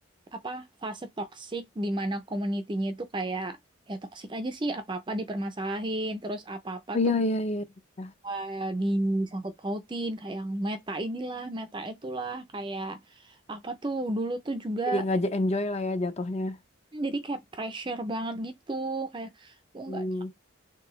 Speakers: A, on the right (about 20°); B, on the left (about 30°).
A: apa fase toksik di mana community-nya itu kayak ya toksik aja sih apa-apa dipermasalahin terus apa-apa
B: Oh, iya,
A: tuh
B: iya, iya. Ya,
A: eh, disangkut pautin kayak yang meta inilah meta itulah kayak apa tuh dulu tuh juga
B: jadi nggak j- enjoy lah ya jatuhnya.
A: hmm, jadi kayak pressure banget gitu kayak lu
B: Hmm.
A: nggak